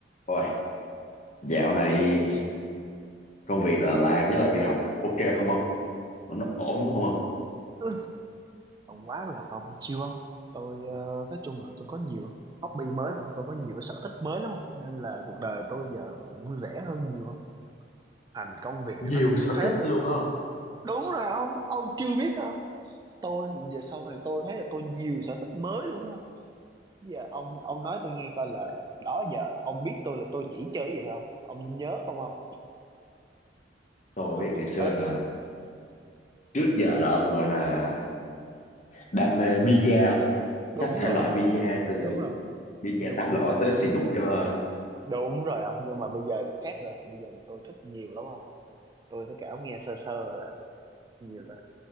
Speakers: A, on the left; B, on the right.
A: Ôi, dạo này công việc là làm với lại việc học ok không ông? Nó ổn đúng không ông?
B: Ừ, Ông quá mà gặp ông chiêu không? Tôi ờ, nói chung là tôi có nhiều hobby mới mà tôi có nhiều cái sở thích mới lắm nên là cuộc đời tôi giờ vui vẻ hơn nhiều á. Thành công việc
A: nhiều
B: thì nó cũng
A: sở
B: thế
A: thích
B: thôi.
A: luôn không
B: Đúng rồi ông, ông chưa biết không? Tôi giờ sau này tôi thấy là tôi nhiều sở thích mới luôn thấy không? Giờ ông ông nói tôi nghe coi là đó giờ là ông biết tôi là tôi chỉ chơi cái gì thôi không? Ông nhớ không ông?
A: Tôi
B: Tôi
A: biết
B: chỉ
A: ngày xưa
B: đó
A: là trước giờ là ông gọi là đam mê pizza ông.
B: đúng
A: Các thể
B: rồi
A: loại pizza
B: ông
A: từ
B: Đúng rồi.
A: pizza
B: Nhưng
A: tán
B: mà
A: lõi
B: nhưng
A: tới xì nút cho
B: đúng rồi không? Nhưng mà bây giờ thì khác rồi. Bây giờ thì tôi thích nhiều lắm không? tôi với Cáo nghe sơ sơ là nhiều ta